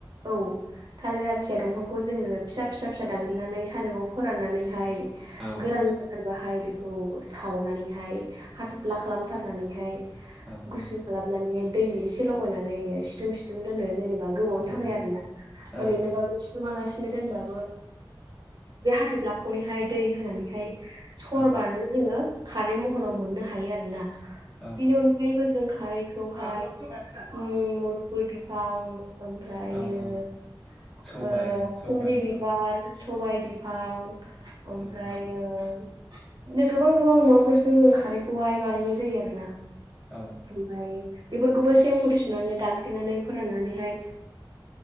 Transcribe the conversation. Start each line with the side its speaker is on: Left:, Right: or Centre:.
Right: औ थालेर आथिया दंफांखौ जोङो फिसा फिसा फिसा दानग्लिनानै सानदुंआव फोराननानैहाय
Centre: हायो औ
Right: गोरान
Centre: औ
Right: जाथारबाहाय बेखौ सावनानैहाय हाथ'फ्ला खालामथारनानैहाय
Centre: औ
Right: गुसु खालामनानैहाय दै एसे लगायनानै सिथुम सिथुम दोनो जेनेबा गोबाव थाखाय
Centre: औ औ
Right: आरोना ओरैनोबाबो
Centre: औ औ
Right: सिथुमालासिनो दोनबाबो बे हाथ'ब्लाखौनोहाय दै होनानैहाय सरबानो
Centre: औ
Right: जोङो खारै महराव मोननो हायो आरोना
Centre: औ
Right: बेनि अनगायैबो जों खारैखौहाय उम मुदुफुल बिफां ओमफाय ओमफ्रायो
Centre: औ औ सबाय
Right: ओ
Centre: सबाय
Right: सोमलि बिबार
Centre: औ
Right: सबाय बिब बिफां ओमफ्राय
Centre: औ औ
Right: नो <unintelligible> गोबां गोबां मुवाफोरजों खारैखौहाय बानायनाय जायो आरो ना
Centre: औ
Right: ओमफ्राय बेफोरखौबो सि सेम <unintelligible> सनावनो दानफ्लेनानै फोराननानैहाय